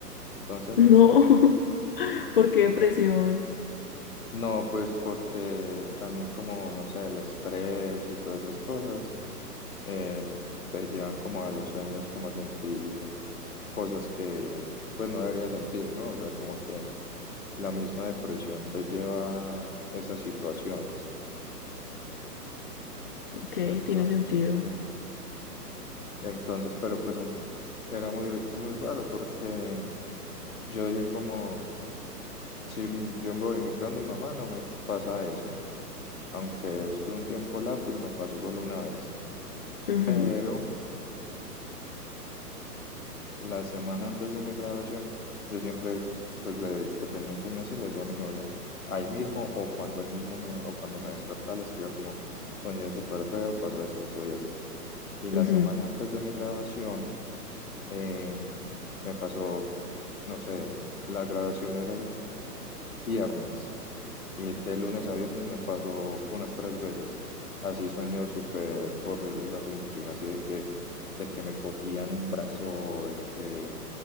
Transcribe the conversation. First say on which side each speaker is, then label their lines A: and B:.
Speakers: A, on the left; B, on the left.
A: Entonces
B: No.
A: no sé.
B: <laughs> ¿Por qué depresión?
A: No, pues porque también como, no sé, el estrés y todas esas cosas eh, te llevan como a los sueños, como a sentir cosas que pues no debería sentir, ¿no? O sea, como que la misma depresión te lleva a esas situaciones.
B: Ok,
A: Entonces,
B: tiene sentido.
A: sí. Entonces, pero pues en- era muy, muy raro porque yo dije como, si m- yo me voy y me quedo donde mi mamá, no me pasa eso. Aunque estuve un tiempo largo y me pasó solo una vez.
B: Ujú,
A: Pero, la semana antes de mi graduación, yo siempre, pues, le- que tenía un sueño así, le decía a mi novia, ahí mismo o cuando ahí mismo me, o cuando me despertaba, le escribía como, soñé súper feo, pasó esto, esto y esto. Y la
B: ujú,
A: semana antes de mi graduación, em, me pasó, no sé, la graduación era el viernes. Y de lunes a viernes me pasó unas tres veces. Así sueño súper horrible, la sensación así de que, de que me cogían un brazo, de que